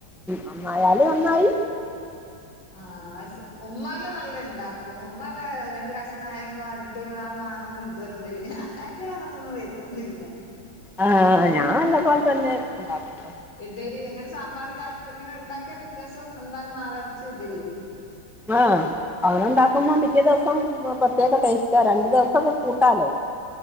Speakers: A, in the centre; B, on the left.
A: നന്നായാല് നന്നായി
B: ആഹ് ആഹ്ശ ഉമ്മാന് നല്ല ഉണ്ടാക്കും ഉമ്മാനല്ല രണ്ട് കഷ്ണായങ്ങും അടിപൊളി ആ മണോ ഇതവെല്ലാം വരിം ഞാനാ ക്ക് പിന്നെ അങ്ങൻത്തൊന്നും വര്ത്തുന്നില്ല
A: ആഹ് ഞാനന്നെപോൽതന്നേ ഉണ്ടാക്കട്ടോ
B: ഇഡലി അങ്ങനെ സാമ്പാർ രാത്രി ഇങ്ങനെ ഉണ്ടാക്കിയ പിറ്റേ ദിവസം എന്തായാലും മാവര്ച്ച് ഇഡലി ചുടും
A: ആഹ് അങ്ങന ഉണ്ടാക്കുമ്പോ പിറ്റേ ദിവസം പ്രത്യേക ടേസ്റ്റാ രണ്ടു ദിവസംക്കെ കൂട്ടാലോ